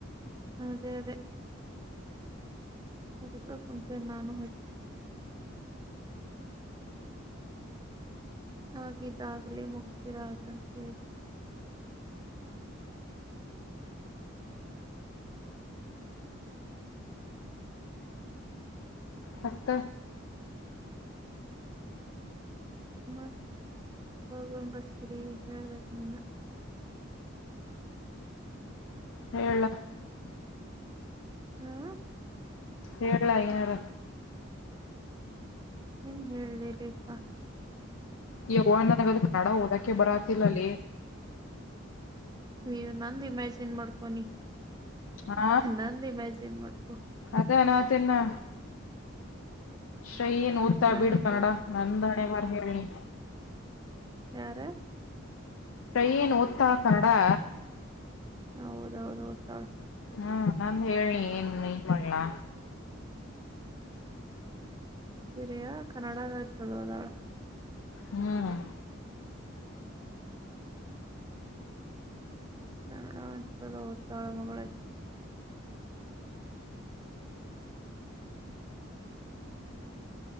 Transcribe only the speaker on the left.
ಮತ್ತ
ಹೇಳ
ಹೇಳಲಾ ಐನಾರ
ಯವ್ವಾನನಗದ್ ಕನ್ನಡಾ ಓದಾಕೆ ಬರಾತಿಲ್ಲಾ ಲೆ.
ಆ
ಅದ ಅನಾತ್ತೇನಾ. ಚೈಯಿ ಏನ್ ಓದ್ತಾಳ
ಬಿಡ
ಕನ್ನಡ
ನಂದಣೆ ಬರಾ ಹೇಳ್ನಿ.
ಚೈಯೀ ಏನ್ ಓದ್ತಾಳ ಕನ್ನಡಾ.
ಹ ನಂದ್ಹೇಳ್ನಿ ಏನ್ ಇದ ಮಾಡ್ಲ್ನಾ.
ಹ್ಮ.